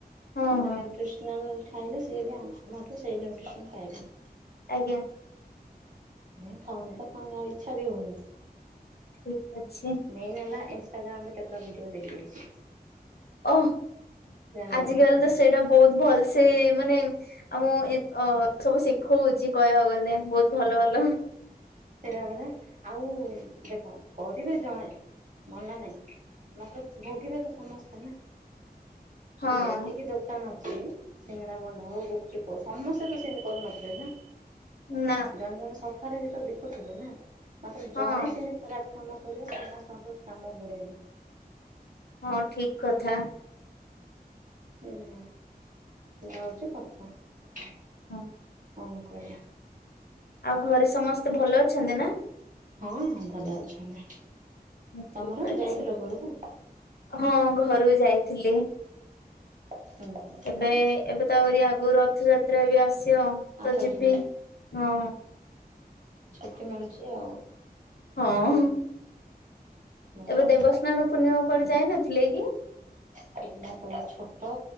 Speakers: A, on the left; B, on the right.
A: ହଁ
B: ଆମେ
A: ହଁ
B: ନ୍ୟୁଟ୍ରିସନାଲ ଖାଇଲେ ସିଏ ବି ଆମଠୁ ସେଇ ନ୍ୟୁଟ୍ରିସନ୍ ପାଇବ।
A: ଆଜ୍ଞା।
B: ନାଇଁ ଖାଉନି ତ ଖାଉନି ଆଉ ଇଛା ବି ହଉନି।
A: ଠିକ ଅଛି।
B: ମେନ୍ ହେଲା ଇନଷ୍ଟାଗ୍ରାମରେ କେତେଟା ଭିଡ଼ିଓ ଦେଖିଦେଇଚି।
A: ଓହଃ
B: ଜାଣିଲ
A: ଆଜିକାଲି ତ ସେଇଟା ବହୁତ ଭଲସେ ମାନେ ଆମ କୁ ଇ ଅ ସବୁ ଶିଖଉଚି କହିବାକୁ ଗଲେ ବହୁତ ଭଲ ଭଲ।
B: ସେଇଟା ପରା। ଆଉ ଦେଖ କରିବେ ଜଣେ ମନା ନାଇଁ ମାତ୍ର ଭୋଗିବେ ତ ସମସ୍ତେ ନା।
A: ହଁ
B: ଏବେ ଯେତିକି ଦୋକାନ ଅ ସିଙ୍ଗଡା ଭଣ୍ଡା ହଉ ଗୁପଚୁପ ହଉ ସମସ୍ତେ ତ ସେମିତି କରୁନଥିବେ ନା।
A: ନା।
B: ଜଣେ ଜଣେ ସଫାରେ ବି ତ ବିକୁଥିବେ ନା ମାତ୍ର
A: ହଁ
B: ଜଣେ ସେମିତି ଖରାପ କାମ କରିବ ସମସ୍ତଙ୍କ କାମ ବୁଡେଇବ।
A: ହଁ ଠିକ କଥା।
B: ବୁଝନା ସେଇଟା ହଉଚି କଥା କଣ
A: ହଁ।
B: କରିବା।
A: ଆଉ ଘରେ ସମସ୍ତେ ଭଲ ଅଛନ୍ତି ନା?
B: ହଁ ହଁ ଭଲ ଅଛନ୍ତି।
A: ଠିକ
B: ତମର
A: ଅଛି
B: ଯାଇଥିଲ ଘୋରୁକୁ?
A: ହଁ ଘରୁ ଯାଇଥିଲି।
B: ହୁଁ ହୁଁ
A: ଏବେ
B: ହୁଁ
A: ଏବେ ତ ଆହୁରି ଆଗରୁ ରଥଯାତ୍ରା ବି ଆସିବ
B: ଆଉଥରେ
A: ତ ଯିବି।
B: ଯିବ
A: ହଁ।
B: ଛୁଟି ମିଳୁଚି ଆଉ।
A: ହଁ।
B: ଭଲ
A: ଏବେ ଦେବସ୍ନାନ
B: ଭଲ
A: ପୂର୍ଣ୍ଣିମା କୁଆଡେ ଯାଇନଥିଲେ କି?
B: ପିଲା ପରା ଛୋଟ